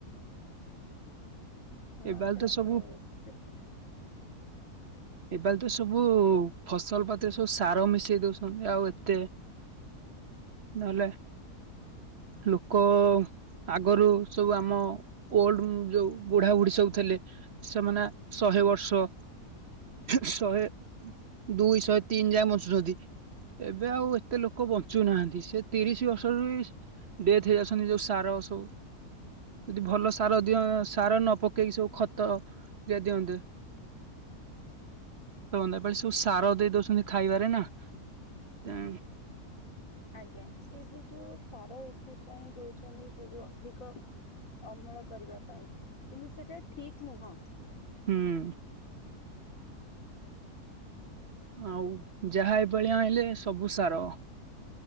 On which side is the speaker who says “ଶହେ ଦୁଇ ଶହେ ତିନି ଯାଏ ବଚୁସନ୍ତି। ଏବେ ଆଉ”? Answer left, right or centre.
Right